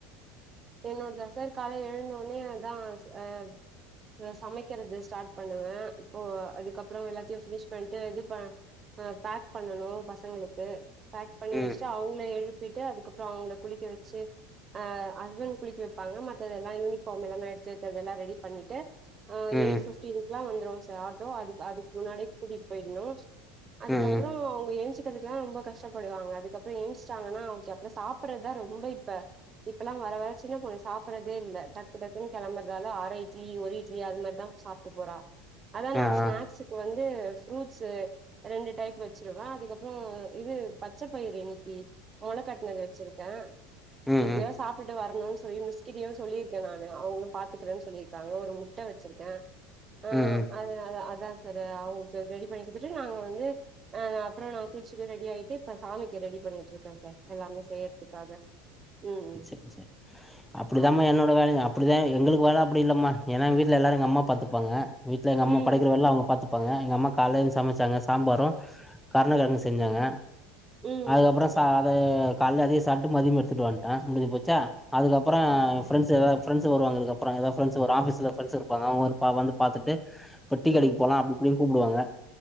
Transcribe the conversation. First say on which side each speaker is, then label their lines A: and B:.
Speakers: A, on the right (about 30°); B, in the centre.
A: என்னோடதா சார் காலைல எழுந்த ஒன்னே அதா ச அ இத சமைக்கிறது ஸ்டார்ட் பண்ணுவே இப்போ அதுக்கப்றோ எல்லாத்தையு ஃபினிஷ் பண்ட்டு இது ப இப்போ பேக் பண்ணணோ பசங்களுக்கு பேக் பண்ணி
B: ம்
A: வெஸ்டு அவுங்கள எழுப்பிட்டு அதுக்கப்றோ அவுங்ள குளிக்க வெச்சி அ ஹஸ்பண்ட் குளிக்க வெப்பாங்க மத்ததெல்லா யூனிஃபாமு அந்தா எடுத்து வெக்கறதெல்லா ரெடி பண்ணிட்டு ஆ
B: ம்
A: எயிட்ஸ் ஃபிப்டினுக்லா வந்துரு சா ஆட்டோ அதுக் அதுக்கு முன்னாடியே கூட்டிட்டு போயிட்ணோ அதுக்கப்றோ
B: ம்
A: அவுங்க எழுஞ்சி இருக்கறதுதா ரொம்ப கஷ்டப்படுவாங்க அதுக்கப்றோ எழுச்சிஞ்டாங்னா அப்றோ சாப்பட்றதா ரொம்ப இப்ப இப்பல்லா வர வர சின்ன பொண்ணு சாப்பட்றதே இல்ல டக்கு டக்குனு கெலம்பறதால அர இட்லி ஒரு இட்லி அது மார்தா சாப் ட்டு போறா அதா
B: ஆ
A: நா ஸ்நாக்சுக்கு
B: ஆ
A: வந்து ஃப்ரூட்ஸ்சு ரெண்டு டைப் வெச்சிருவே அதுக்கப்பறோ இது பத் பச்சப்பயிரு இன்னிக்கி மொள கட்னது வெச்சிருக்கே
B: ம்
A: எப்டியாது
B: ம்
A: சாப்டுட்டு வர்ணோன்னு சொல்லி மிஸ்கிட்டியு சொல்லியிருக்கே நானு அவுங்ளு பாத்துக்கிறேன் சொல்லி இருக்காங்க ஒரு முட்ட வெச்சிருக்கே ஆ
B: ம் ம்
A: அது அதா அதா சார் அவுங்களுக்கு ரெடி பண்ணி குத்துட்டு நாங்க வந்து அ நா அப்றோ நா குளிச்சிட்டு ரெடி ஆயிட்டு இப்ப சாமிக்கு ரெடி பண்ணிட்டிருக்கே சார் எல்லாமே செய்றத்துக்காக ம் ம்
B: என்ஜாய் அப்டிதாமா
A: ஆமா
B: என்னோட வேலையு அப்டிதா எங்களுக்கு வேல அப்டி இல்லமா ஏன்னா எங்க வீட்ல எல்லாரோ எங்க அம்மா பாத்துப்பாங்க வீட்ல எங்க அம்மா
A: ம்
B: படைக்கிற வேல்லா அவுங்க பாத்துப் வெப்பாங்க எங்க அம்மா கால்லயெந்து சமைச்சாங்க சாம்பாரோ கர்ணகெழங்கோ செஞ்சாங்க
A: ம்
B: அதுக்கப்றோ
A: சரி
B: ச அது காலால அதையே சாப்பிட்டு மதியம் எடுத்துட்டு வந்டே முடிஞ்சி போச்சா அதுக்கப் அப்றோ
A: ம்
B: ஃப்ரெண்ஸ் ஃப்ரெண்ட்ஸ் வருவாங்க இதுக்கு அப்றோ எதா ஃப்ரெண்ட்ஸ் வரு ஆபீஸ்ல ஃப்ரெண்ட்ஸ் இருப்பாங்க அவுங்க பா வந்து பாத்துட்டு பொட்டி
A: ம்
B: கடைக்கு போலா அப்டி இப்டினு கூப்டுவாங்க